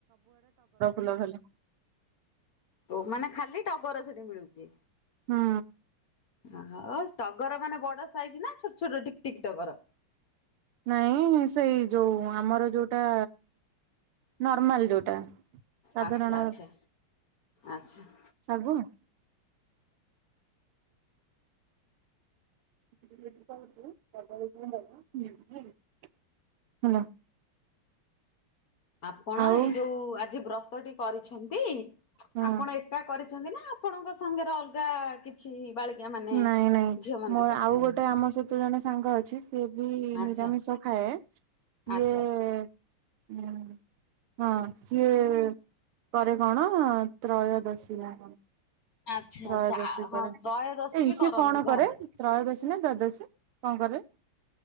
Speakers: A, on the right; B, on the left.
A: ଭଲହେଲା।
B: ହୁ ମାନେ ଖାଲି ଟଗର ସେଠି ମିଳୁଛି
A: ହୁଁ।
B: ଓ଼ହେ। ଟଗରମାନେ ବଡ ସାଇଜ୍ ନା ଛୋଟ ଛୋଟ ଟିକ୍ ଟିକ୍ ଟଗର?
A: ନାଇଁ ସେଇ ଯୋଉ ଆମର ଯୋଉଟା ନର୍ମାଲ୍ ଯୋଉଟା। ସାଧାରଣ
B: ଆଚ୍ଛା ଆଚ୍ଛା- ଆଚ୍ଛା।
A: ସବୁ। <unintelligible> କହୁଛି ହାଲୋ।
B: ଆପଣ
A: ଆଉ
B: ଏ ଯୋଉ ଆଜି ବ୍ରତଟି କରିଛନ୍ତି,
A: ହଁ
B: ଆପଣ ଏ ଏକା କରିଛନ୍ତି ନା ଆପଣଙ୍କ ସାଙ୍ଗରେ ଅଲଗା କିଛ୍ ଛି ବାଳିକା ମାନେ
A: ନାଇଁ ନାଇଁ।
B: ଝିଅ ମାନେ
A: ମୋର
B: କରିଛନ୍ତି
A: ଆଉ ଗୋଟେ ଆମ ସହିତ ଜଣେ ସାଙ୍ଗ ଅଛି, ସେ ବି
B: ଆଚ୍ଛା
A: ନିରାମିଷ ଖାଏ ସିଏ
B: ଆଚ୍ଛା।
A: ହଁ ସିଏ କରେ କଣ ତ୍ରୟୋଦଶୀ ନା?
B: ଆଚ୍ଛା
A: ତ୍ରୟୋଦଶୀ
B: ଆଚ୍ଛା ହଁ
A: କରେ।
B: ତ୍ରୟୋଦଶୀ
A: ଏଇ
B: ବି
A: ସିଏ
B: କରନ୍ତି
A: କଣ
B: ତାହେଲେ।
A: କରେ ତ୍ରୟୋଦଶୀ ନା ଦ୍ଵାଦଶୀ କଣ କରେ?